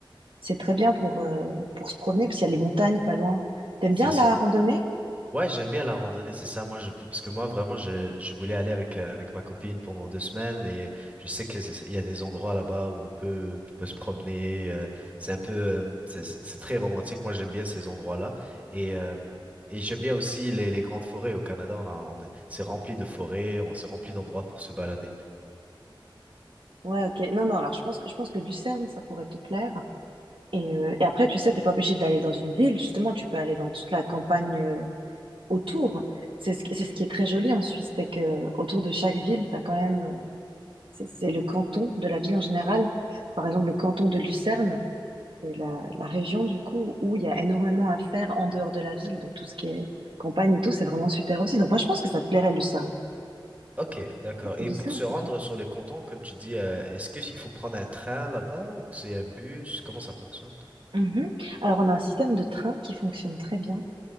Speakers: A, on the right (about 75°); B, on the right (about 15°).
A: c'est très bien pour, euh, pour se promener, parce qu'il y a les montagnes pas loin. T'aimes
B: c'est
A: bien
B: ça.
A: la randonnée?
B: Ouais, j'aime bien la randonnée, c'est ça. Moi, je, parce que moi, vraiment, je, je voulais aller avec, euh, avec ma copine pendant deux semaines et je sais que c'est- il y a des endroits là-bas où on peut, on peut se promener. euh, c'est un peu, euh, c'est c'est très romantique. Moi, j'aime bien ces endroits-là et, euh, et j'aime bien aussi les, les grandes forêts au Canada. On a- on c'est rempli de forêts, on s'est rempli d'endroits pour se balader.
A: Ouais, ok. Non, non, alors je pense que, je pense que Lucerne, ça pourrait te plaire. Et, euh, et après, tu sais, t'es pas obligé d'aller dans une ville, justement, tu peux aller dans toute la campagne euh, autour. C'est ce, qui- c'est ce qui est très joli en Suisse, c'est que euh, autour de chaque ville, t'as quand même, euh, c'est c'est le canton de la ville en général. Par exemple, le canton de Lucerne, c'est la, la région, du coup, où il y a énormément à faire en dehors de la ville. Donc, tout ce qui est campagne et tout, c'est vraiment super aussi. Donc, moi, je pense que ça te plairait, Lucerne.
B: Ok, d'accord. Et
A: Lucerne,
B: pour se rendre
A: c'est tout.
B: sur les cantons, comme tu dis, euh, est-ce que il faut prendre un train là-bas ou que c'est un bus? Comment ça fonctionne?
A: Mhm. Alors, on a un système de train qui fonctionne très bien.